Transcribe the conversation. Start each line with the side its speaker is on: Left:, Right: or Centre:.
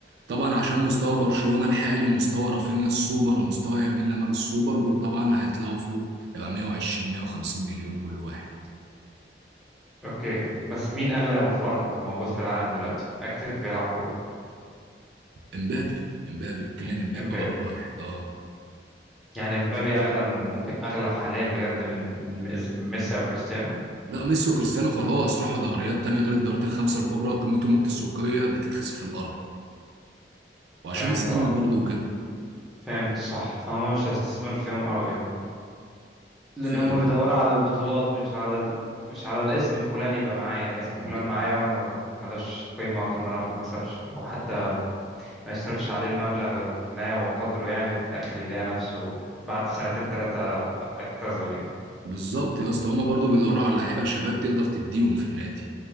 Right: طبعا عشان مستوى برشلونة الحالي ومستوى رافينيا السوبر ومستوى يمين لمال السوبر دول طبعا هيطلعوا فوق يبقى 120 150 مليون كل واحد
Centre: اوكي بس مين اغلى فرد موجود في العالم دلوقتي اكتف بيلعب كورة
Right: امبابي امبابي كيليان
Centre: ام-
Right: امبابي
Centre: امبابي
Right: هو غير واحد اه
Centre: يعني امبابي اغلى من ممكن اغلى حاليا بجد من من ميس- من ميسي او كريستيانو
Right: لا ميسي وكريستيانو خلاص راحوا دوريات تانية غير الدوريات الخمسة الكبرى قيمتهم التسويقية بتتخسف في الأرض وعشان
Centre: فهمت
Right: السن
Centre: اه
Right: برضه وكده
Centre: فهمت صح فهم مش هيستثمروا فيهم قوي لان
Right: فعلا
Centre: هم بيدوروا على البطولات مش على ال... مش على الاسم فلان يبقى معايا ما اسم فلان
Right: ب-
Centre: معايا وانا ما ملوش قيمه طول ما انا ما بكسبش او حتى ما يصرفش عليه المبلغ ما وقدره يعني وفي الاخر يلاقي نفسه بعد سنتين ثلاثه اعتزل يعني
Right: بالظبط يا اسطى هما برضه بيدوروا على لعيبة شباب تقدر تديهم في النادي